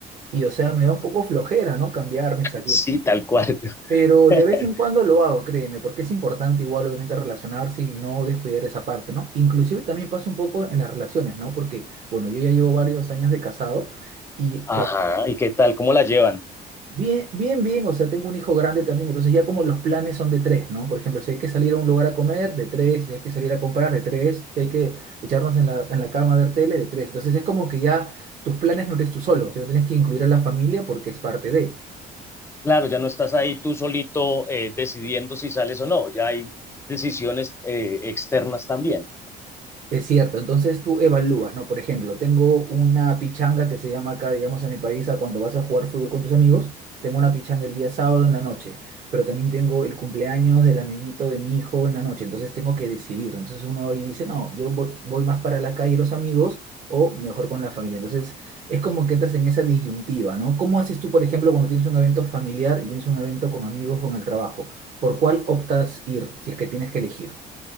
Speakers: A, on the right; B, on the left.
A: y o sea, me da un poco flojera, ¿no? Cambiarme, salir.
B: Sí, tal cual.
A: Pero
B: <laughs>
A: de vez en cuando lo hago, créeme, porque es importante igual obviamente relacionarse y no descuidar esa parte, ¿no? Inclusive también pasa un poco en las relaciones, ¿no? Porque, bueno, yo ya llevo varios años de casado y, claro,
B: Ajá, ¿y qué tal? ¿Cómo la llevan?
A: bien, bien, bien, o sea, tengo un hijo grande también, entonces ya como los planes son de tres, ¿no? Por ejemplo, si hay que salir a un lugar a comer, de tres, si hay que salir a comprar, de tres, si hay que echarnos en la, en la cama a ver tele, de tres. Entonces es como que ya tus planes no eres tú solo, sino tienes que incluir a la familia porque es parte de.
B: Claro, ya no estás ahí tú solito eh, decidiendo si sales o no, ya hay decisiones eh, externas también.
A: Es cierto, entonces tú evalúas, ¿no? Por ejemplo, tengo una pichanga que se llama acá, digamos, en mi país, a cuando vas a jugar fútbol con tus amigos, tengo una pichanga el día sábado en la noche, pero también tengo el cumpleaños del amiguito de mi hijo en la noche, entonces tengo que decidir. Entonces uno ahí dice, no, yo voy, voy más para la calle los amigos o mejor con la familia. Entonces es como que entras en esa disyuntiva, ¿no? ¿Cómo haces tú, por ejemplo, cuando tienes un evento familiar y tienes un evento con amigos, con el trabajo? ¿Por cuál optas ir si es que tienes que elegir?